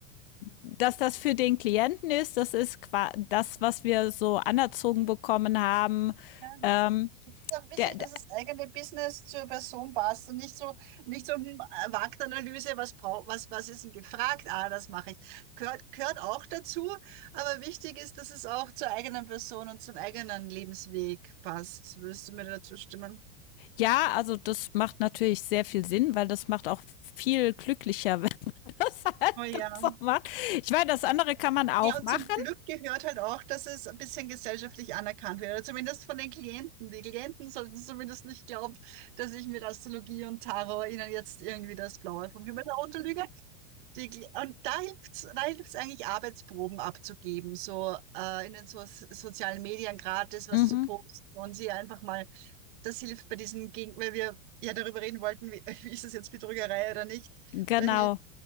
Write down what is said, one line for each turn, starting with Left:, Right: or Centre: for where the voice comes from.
Left: dass das für den Klienten ist. Das ist qua- das, was wir so anerzogen bekommen haben.
Right: Ja,
Left: Ähm,
Right: Es ist auch wichtig,
Left: der, der,
Right: dass das eigene Business zur Person passt und nicht so, nicht so eine Marktanalyse, was braucht, was, was ist denn gefragt? Ah, das mache ich. Gehört, gehört auch dazu, aber wichtig ist, dass es auch zur eigenen Person und zum eigenen Lebensweg passt. Würdest du mir dazu stimmen?
Left: ja, also das macht natürlich sehr viel Sinn, weil das macht auch viel glücklicher, <laughs> wenn man das halt
Right: Oh ja.
Left: so macht. Ich meine, das andere kann man auch
Right: Ja, und
Left: machen,
Right: zum Glück gehört halt auch, dass es ein bisschen gesellschaftlich anerkannt wird, oder zumindest von den Klienten. Die Klienten sollten zumindest nicht glauben, dass ich mit Astrologie und Tarot ihnen jetzt irgendwie das Blaue vom Himmel herunterlüge. Die, Gl- und da hilft's, da hilft's eigentlich, Arbeitsproben abzugeben, so äh, in den so sozialen Medien gratis was
Left: Mhm,
Right: zu posten und sie einfach mal, das hilft bei diesem, Gegen weil wir ja darüber reden wollten, wie, <laughs> wie ist es jetzt Betrügerei oder nicht,
Left: genau,
Right: da hilft